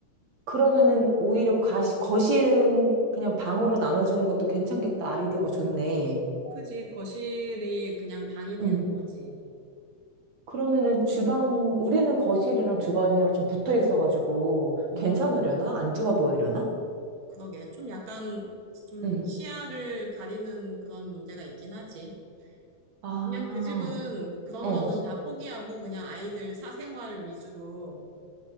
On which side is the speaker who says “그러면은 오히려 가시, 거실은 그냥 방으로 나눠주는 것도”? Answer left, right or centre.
Right